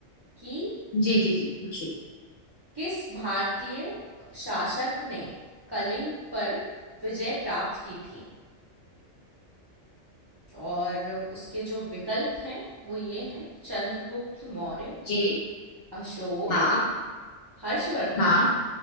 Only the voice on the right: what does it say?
कि
किस भारतीय शासक ने कलिंग पर विजय प्राप्त की थी और उसके जो विकल्प हैं वो ये हैं चंद्रगुप्त मौर्य
अशोक
हर्षवर्धन